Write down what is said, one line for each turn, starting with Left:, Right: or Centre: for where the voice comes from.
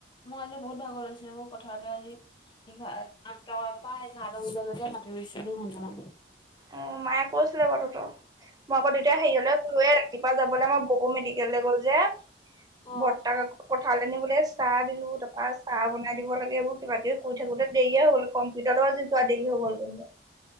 Left: মোৰ আজি, বহুত ভাগৰ লাগিছে, অ'! পথাৰলে আজি, আ <unintelligible> প্ৰায়, এঘাৰ বজালৈকে মাটি ৰোইছোঁ, দুঘণ্টামান।
Right: অ'! মায়ে কৈছিলে বাৰু তহঁত। মই আকৌ, তেতিয়া হেৰিয়লৈ গৈয়ে, ৰাতিপুৱা যাবলৈ, আমাৰ বৌৱে মেডিকেললৈ গ'ল যে।
Left: অ'।
Right: বৰ্তাক আকৌ, পথাৰলে নিবলে, চাহ দিলোঁ। তাৰপা, চাহ বনাই দিব লাগে, এইবোৰ কিবা-কিবি কৰি থাকোঁতে দেৰিয়ে হ'ল। কম্পিউটাৰলৈ, আজি যোৱা দেৰি হৈ গ'ল, গৈ মোৰ।